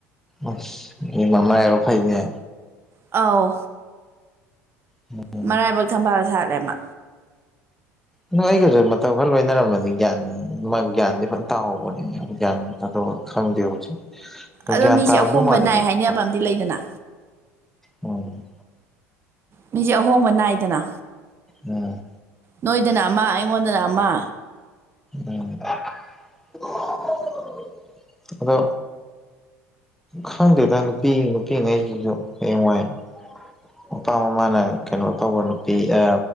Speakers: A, in the centre; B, on the right (about 30°).
A: ꯑꯁ ꯃꯥ ꯃꯔꯥꯏꯕꯛ ꯐꯩꯅꯦ
B: ꯑꯥꯎ
A: <unintelligible>
B: ꯃꯔꯥꯏꯕꯛ ꯊꯝꯕꯥꯜ ꯁꯥꯠꯂꯦ ꯃꯥ
A: ꯅꫭꯏ ꯑꯩꯒꯁꯨ ꯃꯇꯝ ꯈꯔ ꯂꯣꯏꯅꯔꯝꯃꯅꯤ ꯒ꯭ꯌꯥꯟ ꯒ꯭ꯌꯥꯟꯗꯤ ꯐꯖꯅ ꯇꯥꯍꯧꯕꯅꯤ ꯒ꯭ꯌꯥꯟ <unintelligible> ꯑꯗꫭ꯫ ꯈꯪꯗꯦ ꯍꯧꯖꯤꯛ
B: ꯑꯗꯣ
A: ꯒ꯭ꯌꯥꯟ
B: ꯃꯤꯁꯦ
A: ꯇꯥꯔꯝꯗꯧ
B: ꯑꯍꯣꯡꯕ
A: ꯃꯥꯜꯂꯦꯗ
B: ꯅꯥꯏ
A: ꯑꯩꯁꯨ
B: ꯍꯥꯏꯅꯕ ꯑꯝꯗꯤ ꯂꯩꯗꯅ꯫
A: ꯎꯝ
B: ꯃꯤꯁꯦ ꯑꯍꯣꯡꯕ ꯅꯥꯏꯗꯅ꯫
A: ꯎꯝ꯫
B: ꯅꯣꯏꯗꯅ ꯑꯃ ꯑꯩꯉꯣꯟꯗꯅ ꯑꯃ꯫
A: ꯎꯝ <unintelligible> ꯑꯗꯣ ꯈꯪꯗꯦꯗ ꯅꯨꯄꯤ ꯄꯤ ꯉꯩꯁꯤꯖꯨ ꯍꯌꯦꯡꯋꯥꯏ ꯃꯄꯥ ꯃꯃꯥꯅ ꯀꯩꯅꯣ ꯇꯧꯕ ꯅꯨꯄꯤ ꯑ